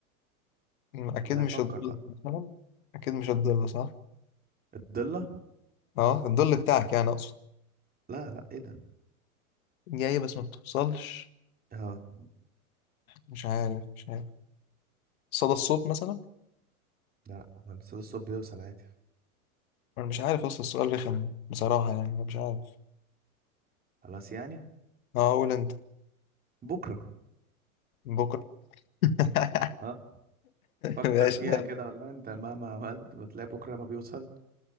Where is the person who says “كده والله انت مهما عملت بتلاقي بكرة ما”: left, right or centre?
Right